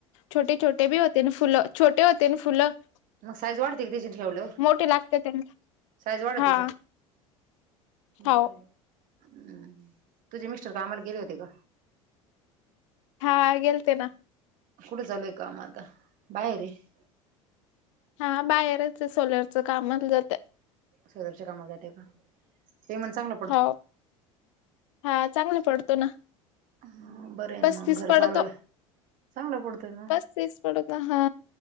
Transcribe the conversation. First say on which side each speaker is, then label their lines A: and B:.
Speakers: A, on the left (about 65°); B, on the right (about 50°).
A: छोटे छोटे बी होते ना फुलं. छोटे होते ना फुलं.
B: मग साईज वाढते. की त्याची ठेवल्यावर
A: मोठे लागते त्यांना
B: साईज वाढते
A: हा
B: का? बरय
A: हो
B: हम्म. तुझे मिस्टर कामाला गेले होते का?
A: हा गेलते ना.
B: कुठ चालू आहे काम आता? बाहेर आहे.
A: हा बाहेरच सोलरच काम मग जातं.
B: सोलरच्या कामा जाते का? पेमट चांगलं
A: हो. हा चांगल पडतो ना.
B: ह बरं
A: पस्तीस
B: मग. घर
A: पडतो
B: चालवायला चांगलं पडतोय मग.
A: पस्तीस पडतो हा